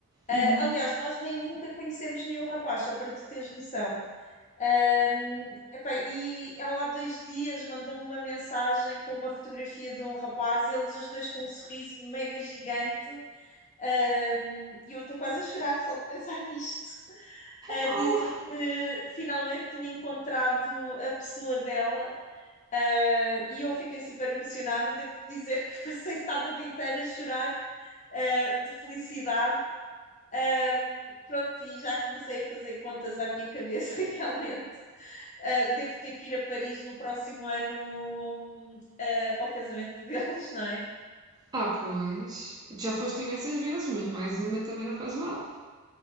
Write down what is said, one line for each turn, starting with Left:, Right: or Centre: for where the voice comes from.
Left: Ah,
Right: Uhum.
Left: aliás, nós nem nunca conhecemos nenhum rapaz, só para tu teres noção. Ahm, epá, e ela há dois dias mandou-me uma mensagem com uma fotografia de um rapaz, eles os dois com um sorriso mega gigante, ahm, e eu estou quase a chorar só de pensar <laughs> nisto, a
Right: Oh.
Left: dizer que finalmente tinha encontrado a pessoa dela, ah, e eu fiquei super emocionada. Devo dizer que <laughs> passei sábado inteiro a chorar, ah, de felicidade. Ahm, pronto, e já comecei a fazer contas à minha cabeça <laughs> realmente Uh, devo ter que ir a Paris no próximo ano uh, ao casamento <laughs> deles, não é?
Right: Ah, pois. Tu já foste imensas vezes, mas mais uma também não faz mal.